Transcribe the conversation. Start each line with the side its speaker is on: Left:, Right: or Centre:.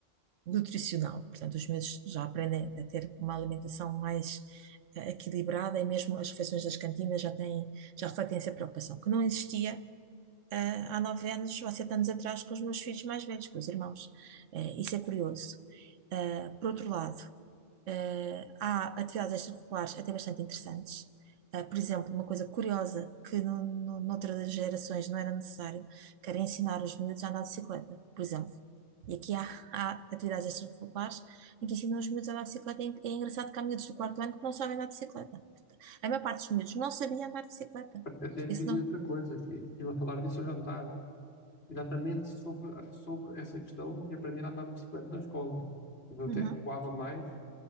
Right: nutricional. Portanto, os miúdos já aprendem a ter uma alimentação mais eh, equilibrada e mesmo as refeições das cantinas já têm, já refletem essa preocupação, que não existia eh, há nove anos ou sete anos atrás com os meus filhos mais velhos, com os irmãos. Eh, isso é curioso. Eh, por outro lado, eh, há atividades extracurriculares até bastante interessantes. Eh, por exemplo, uma coisa curiosa que no, no, noutras gerações não era necessário, que era ensinar os miúdos a andar de bicicleta, por exemplo. E aqui há, há atividades extracurriculares em que ensinam os miúdos a andar de bicicleta. É é engraçado que há miúdos do quarto ano que não sabem andar de bicicleta. A maior parte dos miúdos não sabia andar de bicicleta.
Left: até diria
Right: Isso não.
Left: outra coisa, que estive a falar disso ao jantar, exatamente sobre, sobre essa questão de aprender a andar de bicicleta na escola. Eu até
Right: Uhum.
Left: recuava mais